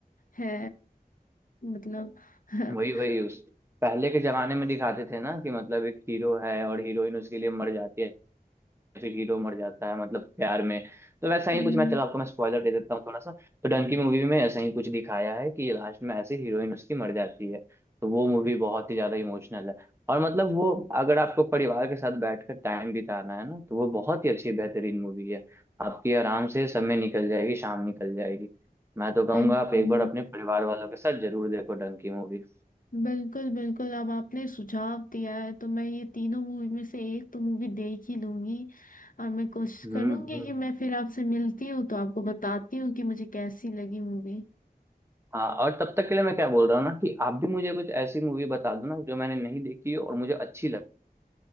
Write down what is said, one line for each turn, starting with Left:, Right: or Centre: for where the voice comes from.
Left: है मतलब <laughs>
Right: वही वही उस पहले के जमाने में दिखाते थे ना कि मतलब एक हीरो है और हीरोइन उसके लिए मर जाती है फिर हीरो मर जाता है मतलब प्यार में तो वैसा ही
Left: हम्म,
Right: कुछ मैं चलो आपको मैं स्पॉइलर दे देता हूँ थोड़ा सा तो डंकी मूवी में ऐसा ही कुछ दिखाया है कि लास्ट में ऐसे हीरोइन उसकी मर जाती है तो वो मूवी बहुत ही ज्यादा इमोशनल है और मतलब वो अगर आपको परिवार के साथ बैठकर टाइम बिताना है ना तो वो बहुत ही अच्छी बेहतरीन मूवी है आपकी आराम से समय निकल जाएगी शाम निकल जाएगी मैं तो कहूंगा
Left: बिल्कुल
Right: आप एक बार अपने परिवार वालों के साथ जरूर देखो डंकी मूवी
Left: बिल्कुल बिल्कुल अब आपने सुझाव दिया है तो मैं ये तीनों मूवी में से एक तो मूवी देख ही लूंगी और मैं कोशिश
Right: हम्म
Left: करूंगी
Right: हम्म।
Left: कि मैं फिर आपसे मिलती हूँ तो आपको बताती हूँ कि मुझे कैसी लगी मूवी
Right: हाँ और तब तक के लिए मैं क्या बोल रहा हूँ ना कि आप भी मुझे कुछ ऐसी मूवी बता दो ना जो मैंने नहीं देखी हो और मुझे अच्छी लगे